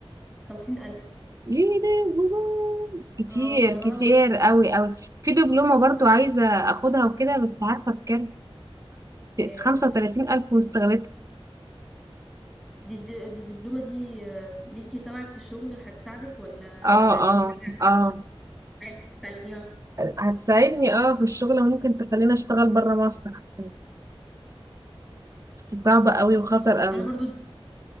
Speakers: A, in the centre; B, on the right (about 35°).
A: خمسين ألف
B: يا لهوي. كتير
A: اه فأنا بقى
B: كتير
A: بح...
B: قوي قوي في دبلومة
A: اه
B: برضو عايزة أخدها وكده بس عارفة بكام
A: كام
B: خمسة وتلاتين ألف واستغلتها
A: دي دي دي الدبلومة دي آه، ليكي تبعك في الشغل هتساعدك ولا
B: اه
A: ولا دي
B: اه
A: حاجة عايزة
B: اه
A: عايزة تتعلميها
B: هتساعدني اه في الشغل وممكن تخليني أشتغل برا مصر حتى. بس صعبة
A: بره
B: قوي
A: مصر
B: وخطر قوي
A: أنا برضو